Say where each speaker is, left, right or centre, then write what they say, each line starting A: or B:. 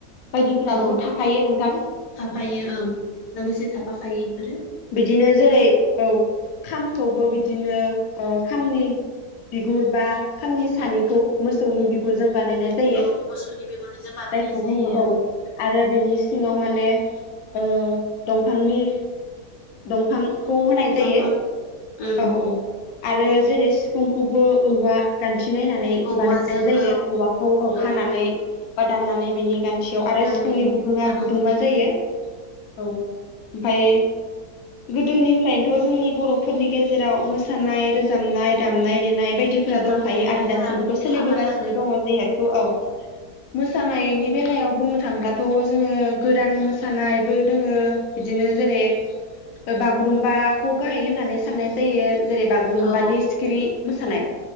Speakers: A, on the left; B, on the left.
A: बायदिफोराबोथ'
B: औ
A: थाफायो नोंथां
B: थाफायो ओं लोगोसे थाफाखायो एफोरो।
A: बिदिनो जेरै औ खामखौबो बिदिनो ओ खामनि बिगुर बा खामनि सानिखौ मोसौनि बिगुरजों बानायनाय जायो।
B: औ मोसौनि बिगुरनिजों बानायनाय
A: जायखौ
B: जायो
A: बुङो औ
B: ओं
A: आरो बेनि सिङाव माने ओ दंफांनि दंफां खौ होनाय जायो
B: दंफां ओम
A: औ औ। आरो जेरै सिफुंखौबो औवा गान थि नायनानै
B: औवाजों
A: बानायनाय जायो
B: औ
A: औवाखौ
B: औ
A: हानानै। बा दाननानै बिनि गान थियाव आरो
B: हानानै
A: सिफुंनि गुदुङा
B: दाननानै
A: गुदुंबा
B: जाहैथारो
A: जायो। औ। ओमफाय गोदोनिफ्रायनोथ' जोंनि बर'फोरनि गेजेराव मोसानाय रोजाबनाय दामनाय देनाय बायदिफोरा
B: औ दामजानायफोरा
A: दंखायो आरो दासिमबोथ' सोलिबोगासिनो
B: थाखाथारो
A: दङ जहेथु औ। मोसानायनि बेलायाव बुंनो थांब्लाथ' जोङो गोदान मोसानायबो दोङो बिदिनो जेरै बागुरुम्बा। खौ गाहाइ होननानै साननाय जायो जेरै बागुरुम्बानि
B: औ
A: सिखिरि मोसानाय